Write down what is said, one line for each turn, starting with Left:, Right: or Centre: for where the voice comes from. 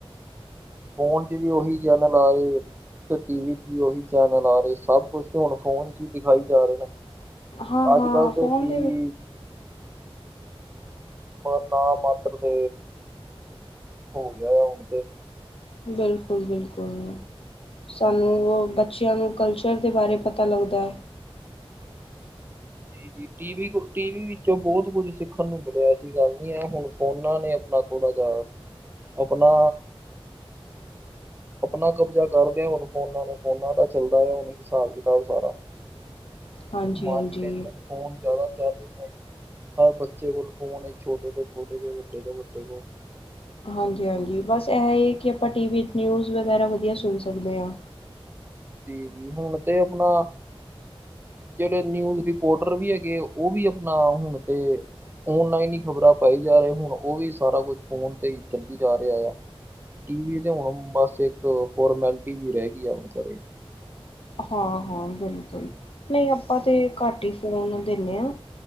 Right: ਫੋਨ ਚ ਵੀ ਉਹੀ ਚੈਨਲ ਆ ਰੇ, ਤੇ ਟੀਵੀ ਚ ਵੀ ਉਹੀ ਚੈਨਲ ਆ ਸਭ ਕੁਛ ਤੇ ਹੁਣ ਫੋਨ ਚ ਹੀ ਦਿਖਾਈ ਜਾ ਰਹੇ ਨੇ,
Left: ਹਾਂ ਹਾਂ
Right: ਅੱਜ ਕੱਲ੍ਹ ਤੇ
Left: ਫੋਨ
Right: ਟੀਵੀ
Left: ਦੇ
Right: ਪਰ ਨਾ ਮਾਤਰ ਤੇ ਹੋ ਗਿਆ ਹੁਣ ਤੇ।
Left: ਬਿਲਕੁਲ- ਬਿਲਕੁਲ। ਸਾਨੂੰ, ਉਹ ਬੱਚਿਆਂ ਨੂੰ ਕਲਚਰ ਦੇ ਬਾਰੇ ਪਤਾ ਲੱਗਦਾ ਐ।
Right: ਜੀ ਜੀ। ਟੀ ਵੀ ਕੋ, ਟੀ ਵੀ ਵਿੱਚੋਂ ਬਹੁਤ ਕੁੱਝ ਸਿੱਖਣ ਨੂੰ ਮਿਲਿਆ, ਐਸੀ ਗੱਲ ਨੀ ਐ ਹੁਣ ਫੋਨਾਂ ਨੇ ਆਪਣਾ ਥੋੜਾ ਜਾ ਅਪਣਾ ਅਪਣਾ ਕਬਜ਼ਾ ਕਰਦੇ ਹੁਣ ਫੋਨਾਂ ਨੇ, ਫੋਨਾਂ ਦਾ ਚੱਲਦਾ ਆ ਹੁਣ ਹਿਸਾਬ ਕਿਤਾਬ ਸਾਰਾ। <inaudible>
Left: ਹਾਂਜੀ
Right: ਮਾਰਕੀਟ
Left: ਹਾਂਜੀ।
Right: ਵਿੱਚ ਫੋਨ ਜਾਦਾ ਚਲ ਰੇ ਨੇ। ਹਰ ਬੱਚੇ ਕੋਲ ਫੋਨ ਏ। ਛੋਟੇ ਤੋਂ ਛੋਟੇ ਕੋ, ਵੱਡੇ ਤੋਂ ਵੱਡੇ ਕੋ।
Left: ਹਾਂਜੀ ਹਾਂਜੀ। ਬਸ ਏਹ ਈ ਐ ਕਿ ਆਪਾਂ ਟੀ ਵੀ ਚ ਨਿਊਜ਼ ਵਗੈਰਾ ਵਧੀਆ ਸੁਣ ਸਕਦੇ ਆ।
Right: ਜੀ ਜੀ, ਹੁਣ ਤੇ ਅਪਣਾ ਜੇੜੇ ਨਿਊਜ਼ ਰਿਪੋਰਟਰ ਵੀ ਹੈਗੇ ਆ, ਉਹ ਵੀ ਅਪਣਾ ਹੁਣ ਤੇ ਓਨਲਾਈਨ ਈ ਖ਼ਬਰਾਂ ਪਾਈ ਜਾ ਰਏ। ਹੁਣ ਉਹ ਵੀ ਸਾਰਾ ਕੁਛ ਫੋਨ ਤੇ ਈ ਚੱਲੀ ਜਾ ਰਿਆ ਗਾ। ਟੀਵੀ ਤੇ ਹੁਣ ਬਸ ਇੱਕ ਫੋਰਮੈਲਟੀ ਜੀ ਰਹਿ ਗੀ ਆ ਹੁਣ ਘਰੇ।
Left: ਹਾਂ ਹਾਂ ਬਿਲਕੁਲ। ਨਈ ਆਪਾਂ ਤੇ ਘੱਟ ਈ ਫੋਨ ਦਿੰਨੇ ਆ।